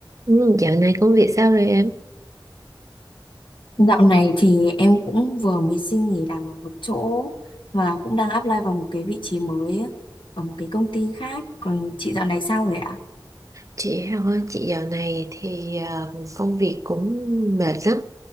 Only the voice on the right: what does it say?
Ừ, dạo này công việc sao rồi em?
Chị Hào chị dạo này thì à, công việc cũng mệt lắm,